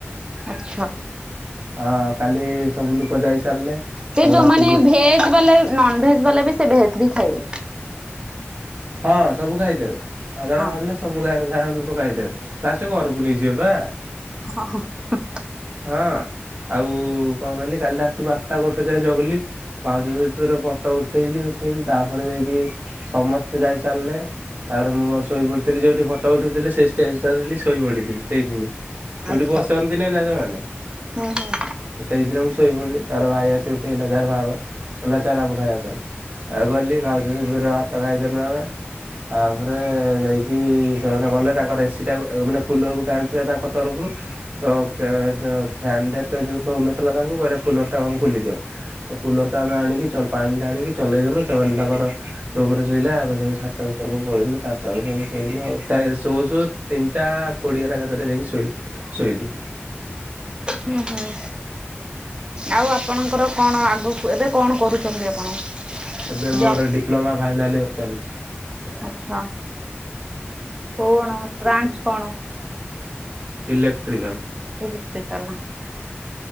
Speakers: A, on the right; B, on the right.
A: ଆଛା।
B: ହଁ କାଲି ସବୁ ଲୋକ ଯାଇ ସାରିଲେ
A: ସେ
B: ତାପରେ
A: ଯୋଉମାନେ
B: ରାତି ଗୋ
A: ଭେଜ ବାଲା ନନ ଭେଜ ବାଲା ସେ ଭେଜ ବି ଖାଇବେ।
B: <inaudible> ହଁ ସବୁ ଖାଇଦେବେ ମାଗଣା
A: ହଁ
B: ମାଗିଲେ ସବୁ ଆଣି ଗାଁ ଲୋକ ଖାଇଦେବେ ଲାଷ୍ଟ ଘରକୁ ନେଇଯିବେ ପା।
A: ହଁ ହଁ ହୁଁ।
B: ହଁ। ଆଉ କଣ କହିଲି କାଲି ରାତି ବାରଟା ଗୋଟେ ଯାଏ ଜଗଲି ଭାଉଜ ସହିତର ଫଟୋ ଉଠେଇଲି। ଉଠିଲି ତାପରେ ଯାଇକି ସମସ୍ତେ ଯାଇ ସାରିଲେ ତାରେ ମୁଁ ମୋର ଶୋଇ ପଡିଥିଲି ଯୋଉଠି ଫଟୋ ଉଠଉଥିଲେ ସେଇ ଷ୍ଟେଜ ଟାରେଁ ଶୋଇ ପଡିଥିଲି ସେଇଠିନି। ଯୋଉଠି
A: ଆଚ୍ଛା
B: ବସନ୍ତିନି ନା ସେମାନେ
A: ହୁଁ ହୁଁ
B: ସେଇଥିରେ ମୁଁ ଶୋଇପଡିଲି ତାର ଭାଇ ଆସି ଉଠେଇଲା ଯାର ବାହାଘର। ଗଲା ଚାଲ ଆବୁ ଖାଇବା ଚାଲ ଆଉ ଗଲି ଭାଉଜ ସହିତରେ ଭାତ ଖାଇଦେଲୁ ଆମେ। ତାପରେ ଯାଇକି ସେମାନେ ଗଲେ ତାଙ୍କର ଏ ସି ଟା ମାନେ କୁଲର କୁ ଟାଣୁଥିଲେ ତାଙ୍କ ତରଫରୁ଼। ତ <unintelligible> ଫ୍ୟାନ ଟା ଏତେ ଜୋର ରହୁନଥିଲା ତାଙ୍କୁ କହିଲେ କୁଲରଟା ଆକୁ ଖୋଲି ଦିଅ ତ କୁଲରଟା ଆମେ ଆଣିକି ଚ ପା ପାଣି ଢାଳିକି ଚଲେଇଦେଲୁ ସେମାନେ ତାଙ୍କର ରୁମ ରେ ଶୋଇଲେ ଆମେ ସବୁ ଛାତ ଉପରକୁ ପଳେଇଲୁ ଛାତରେ ସବୁ ଶୋଇଲୁ। ଶୋଉ ଶୋଉ ତିନିଟା କୋଡିଏ ନା କେତେ ଯାଇକି ଶୋଇ ଶୋଇଲି।
A: ହୁଁ ହୁଁ ଆଉ ଆପଣଙ୍କର କଣ ଆଗକୁ ଏବେ କଣ କରୁଛନ୍ତି ଆପଣ?
B: ଏବେ
A: ଜବ୍
B: ମୋର ଡିପ୍ଲୋମା ଫାଇନାଲ ଇୟର ଚାଲିଚି।
A: ଆଚ୍ଛା କଣ ବ୍ରାଞ୍ଚ କଣ?
B: ଇଲେକ୍ଟ୍ରିକାଲ।
A: ଇଲେକ୍ଟ୍ରିକାଲ।